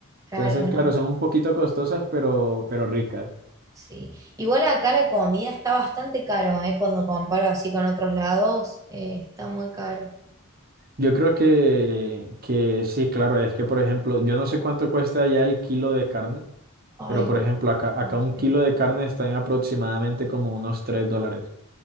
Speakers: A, on the right; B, on the right.
A: claro,
B: Entonces,
A: no.
B: claro, son un poquito costosas, pero, pero ricas.
A: Sí. Igual acá la comida está bastante caro, ¿eh? Cuando comparo así con otros lados, eh, está muy caro.
B: Yo creo que, que sí, claro, es que, por ejemplo, yo no sé cuánto cuesta ya el kilo de carne,
A: Ay,
B: pero, por ejemplo, acá, acá
A: no
B: un
A: sé.
B: kilo de carne está en aproximadamente como unos tres dólares.